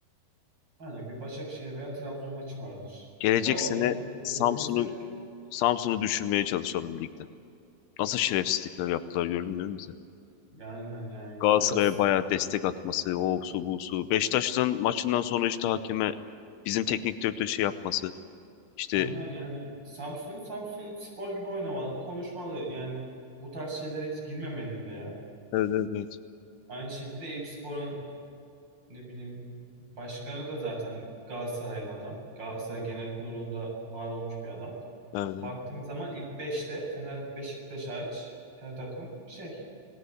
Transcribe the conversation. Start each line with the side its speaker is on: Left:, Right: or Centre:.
Right: Aynen bir Başakşehir veya Trabzon maçı vardır.
Left: Gelecek
Right: Da onun
Left: sene
Right: için bir
Left: Samsun'u
Right: hedefimiz de yok. ki.
Left: Samsun'u düşürmeye çalışalım ligden. Nasıl şerefsizlikler yaptılar gördün değil mi bize?
Right: Aynen yani
Left: Galatasaray'a
Right: biraz
Left: bayağı destek atması, o su bu su. Beşiktaş'ın maçından sonra işte hakeme bizim teknik direktör şey yapması. İşte
Right: aynen yani Samsun Samsun Spor gibi oynamalı, konuşmalı. Yani bu tarz şeylere hiç girmemeli bile ya.
Left: evet evet evet.
Right: Aynı şekilde Eyüpspor'un ne bileyim başkanı da zaten Galatasaraylı adam. Galatasaray Genel Kurulu'nda var olmuş bir adam.
Left: Evet evet.
Right: Baktığın zaman ilk beşte Fener Beşiktaş hariç her takım şey